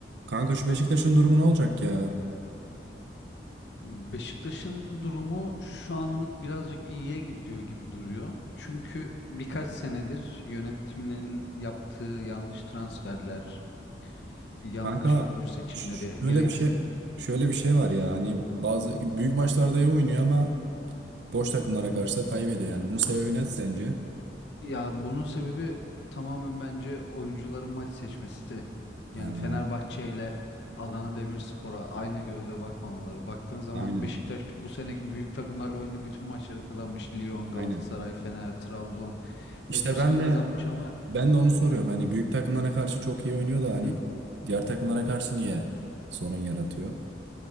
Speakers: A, on the right; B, on the left.
A: Kanka şu Beşiktaş'ın durumu ne olacak ya?
B: Beşiktaş'ın durumu şu anlık birazcık iyiye gidiyor gibi duruyor. Çünkü birkaç senedir yönetimlerin yaptığı yanlış transferler, yanlış
A: Kanka
B: oyuncu seçimleri,
A: Ş- Şöyle
B: gereksiz...
A: bir şey şöyle bir şey var ya hani bazı büyük maçlarda iyi oynuyor ama boş takımlara karşı da kaybediyor yani. Bunun sebebi ne sence?
B: Ya bunun sebebi tamamen bence oyuncuların maç seçmesi.
A: Ha,
B: Yani Fenerbahçe ile Adana Demirspor'a aynı gözle bakmamaları. Baktığın zaman
A: aynen.
B: Beşiktaş bu sene büyük takımlarla oynadığı bütün maçları kazanmış. Lyon, Galatasaray,
A: Aynen.
B: Fener, Trabzon hepsini
A: İşte ben de
B: kazanmış ama
A: ben de onu soruyorum. Hani büyük takımlara karşı çok iyi oynuyor da hani
B: Hı.
A: diğer takımlara karşı niye sorun yaratıyor?